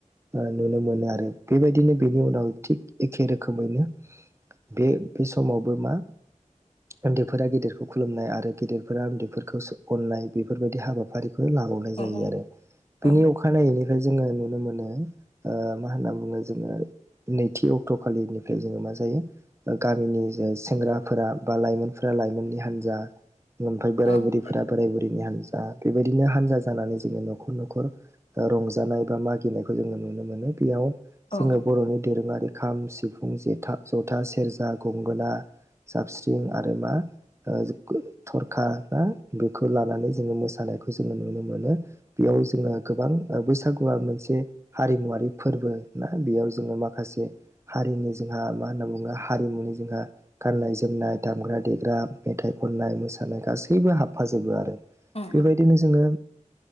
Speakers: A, on the right; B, on the left.
A: नुनो मोनो आरो बेबायदिनो बेनि उनाव थिग एखे रोखोमैनो बे बे समावबो मा उनदैफोरा गेदिरखौ खुलुमनाय आरो गेदेरफोरा उनदैफोरखौसो अननाय बे बेफोरबायदि हाबाफारिखौ लाबावनाय
B: औ
A: जायो
B: औ
A: आरो
B: औ
A: बिनि अखानायैनिफ्राय जोङो नुनो मोनो ओ मा होनना बुङो जोङो नैथि अक्ट' खालिनिफ्राय जोङो मा जायो गामिनि सेंग्राफोरा बा लाइमोनफोरा लाइमोननि हानजा ओमफ्राय बोराय
B: औ
A: बुरैफोरा बोराय बुरि हानजा बेबायदिनो हानजा जानानै जोङो न'खर न'खर रंजानाय बा मागिनायखौ जोङो नुनो मोनो बेयाव
B: औ
A: जोङो बर'नि दोरोङारि खाम सिफुं जेथा ज'था सेरजा गंगोना जाबस्रिं आरो मा ओ थरखा बा बेखौ लानानै जोङो मोसानायखौ जोङो नुनो मोनो बेयाव जोंहा गोबां ओ बैसागुआ मोनसे हारिमुआरि फोरबो ना बेयाव जोङो माखासे हारिनि जोंहा मा होनना बुङो हारिमुनि जोंहा गाननाय-जोमनाय, दामग्रा-देग्रा, मेथाइ खननाय, मोसानाय गासैबो हाबफाजोबो आरो।
B: औ
A: बेबायदिनो जोङो